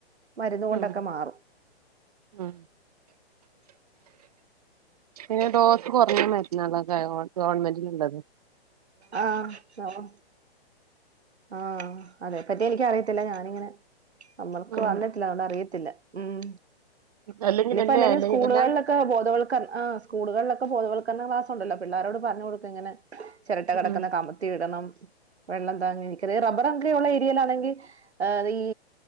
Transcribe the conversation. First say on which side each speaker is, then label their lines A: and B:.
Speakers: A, on the right (about 80°); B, on the right (about 35°).
A: മരുന്നുകൊണ്ടൊക്കെ
B: ഉം
A: മാറും
B: ഉം പിന്നെ ഡോസ് കുറഞ്ഞ മരുന്നകളൊക്കെണ് ഗവൺമെന്റിൽ ഇള്ളത്
A: ആഹ് ആവോ ആഹ് അതെ പറ്റി എനിക്കറിയത്തില്ല ഞാനിങ്ങനെ നമ്മൾക്ക്
B: ഉം
A: വന്നിട്ടില്ല അഓണ്ട് അറിയത്തില്ല ഉം
B: അല്ലെങ്കിൽ
A: ഇനിപ്പോ
B: അല്ലേ
A: എല്ലലും
B: അല്ലെങ്കി
A: സ്കൂളുകളിലൊ
B: എല്ലാം
A: ക്കെ ബോധവൽക അഹ് സ്കൂളുകളിലൊക്കെ ബോധവൽക്കരണ ക്ലാസ് ഉണ്ടല്ലോ പിള്ളോരോട് പറഞ്ഞ് കൊടുക്ക് ഇങ്ങനെ ചിരട്ട കിടക്കുന്ന
B: ഉം
A: കമത്തിയിടണം വെള്ളം താങ്ങി നിക്കറ റബ്ബർ അങ്ങനെയുള്ള ഏരിയയിലാണെങ്കി ഏഹ് അത് ഈ